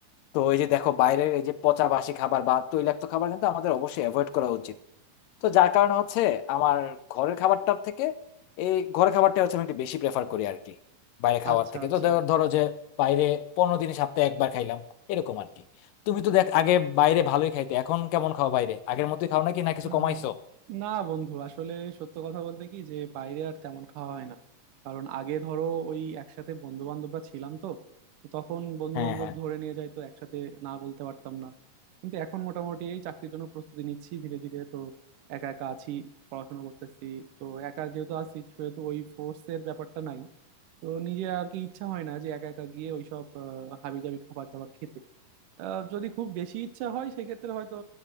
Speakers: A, on the left; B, on the right.
A: তো এই যে দেখো বাইরের এই যে পচা বাসি খাবার বা তৈলাক্ত খাবার কিন্তু আমাদের অবশ্যই অ্যাভয়েড করা উচিত তো যার কারণে হচ্ছে আমার ঘরের খাবারটার থেকে এই ঘরের খাবারটা হচ্ছে আমি একটু বেশি প্রেফার করি আর কি বাইরে খাওয়ার
B: আচ্ছা
A: থেকে
B: আচ্ছা
A: তো ধ- ধরো যে বাইরে পনেরো দিন সপ্তাহে একবার খাইলাম এরকম আর কি তুমি তো দেখ আগে বাইরে ভালোই খাইতে এখন কেমন খাও বাইরে আগের মতোই খাও নাকি না কিছু
B: আহ,
A: কমাইছো
B: না বন্ধু আসলে সত্য কথা বলতে কি যে বাইরে আর তেমন খাওয়া হয় না কারণ আগে ধরো ওই একসাথে বন্ধু বান্ধবরা ছিলাম তো তো তখন বন্ধু
A: হ্যাঁ
B: বান্ধব
A: হ্যাঁ
B: ধরে নিয়ে যাইতো একসাথে না বলতে পারতাম না কিন্তু এখন মোটামুটি এই চাকরির জন্য প্রস্তুতি নিচ্ছি ধীরে ধীরে তো একা একা আছি পড়াশোনা করতেছি তো একা যেহেতু আছি সেহেতু ওই ফোর্স এর ব্যাপারটা নাই তো নিজে আর কি ইচ্ছা হয় না যে একা একা গিয়ে ওইসব আহ, হাবিজাবি খাবার দাবার খেতে আহ, যদি খুব বেশি ইচ্ছা হয় সেক্ষেত্রে হয়তো